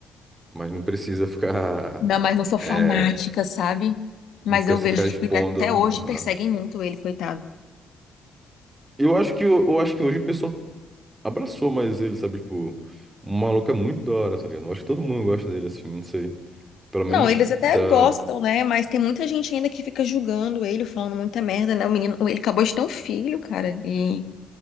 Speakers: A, on the right (about 20°); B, on the left (about 70°).
A: mas não precisa ficar
B: Não, mas não sou fanática,
A: é,
B: sabe? Mas
A: não precisa
B: eu vejo
A: ficar expondo.
B: que até hoje
A: Aham.
B: perseguem muito ele, coitado.
A: Eu acho que eu, acho que hoje o pessoal abraçou mais ele, sabe? Tipo, o maluco é muito da hora, tá ligado? Eu acho que todo mundo gosta dele assim, não sei. Pelo menos
B: Não, eles até
A: da.
B: gostam, né? Mas tem muita gente ainda que fica julgando ele, falando muita merda, né? O menino, ele acabou de ter um filho, cara, e